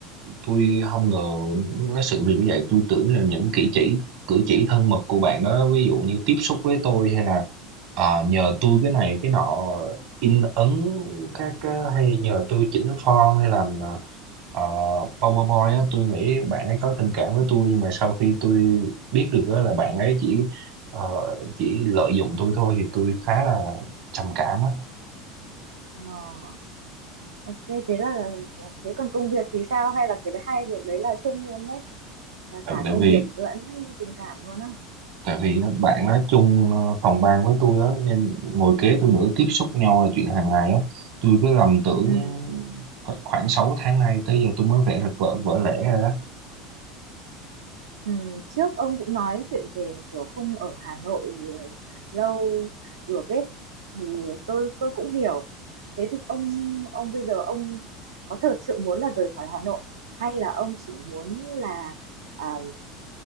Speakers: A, on the right; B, on the right.
A: tôi không ngờ cái sự việc như vậy tôi tưởng là những cử chỉ cử chỉ thân mật của bạn đó ví dụ như tiếp xúc với tôi hay là ờ, nhờ tôi cái này cái nọ in ấn các cái, hay nhờ tôi chỉnh form hay làm ờ, ờ, PowerPoint á tôi nghĩ bạn ấy có tình cảm với tôi nhưng mà sau khi tôi biết được á là bạn ấy chỉ ờ, chỉ lợi dụng tôi thôi thì tôi khá là trầm cảm á
B: Ờ, ok, thế là thế còn công việc thì sao? Hay là cái hai việc đấy là chung luôn đấy? Là
A: tại,
B: cả
A: tại
B: công
A: vì
B: việc lẫn tình cảm luôn á?
A: tại vì á, bạn nói chung ờ, phòng ban với tôi á nên ngồi kế tôi nữa tiếp xúc nhau là chuyện hàng ngày á tôi cứ lầm tưởng
B: Ừ.
A: kho- khoảng 6 tháng nay tới giờ tôi mới vẽ được vở vỡ lẽ rồi đó
B: Ừ, trước ông cũng nói chuyện về kiểu không ở Hà Nội ờ, lâu được ấy thì tôi tôi cũng hiểu thế thì ông ông bây giờ ông có thật sự muốn là rời khỏi Hà Nội hay là ông chỉ muốn là à,